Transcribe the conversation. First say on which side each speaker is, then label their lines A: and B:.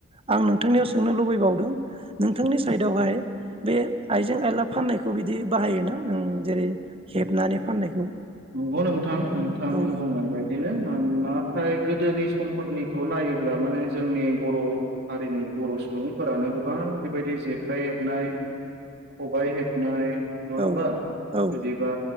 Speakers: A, on the right; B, on the right.
A: आं नोंथांनियाव सोंनो लुबैबावदों नोंथांनि साइदावहाय बे आइजें आयला फाननायखौ बिदि बाहायोना नों जेरै हेबनानै फाननायखौ
B: नंगौ नोंथां नोंथां
A: औ
B: बुंनाय बायदिनो मानोना नाथाय गोदोनि समफोरनिखौ नायोब्ला माने जोंनि बर हारिनि बर सुबुंफोरानो गोबां बेबायदि जेखाइ हेबनाय खबाइ हेबनाय नङा होमबा
A: औ औ
B: जुदिबा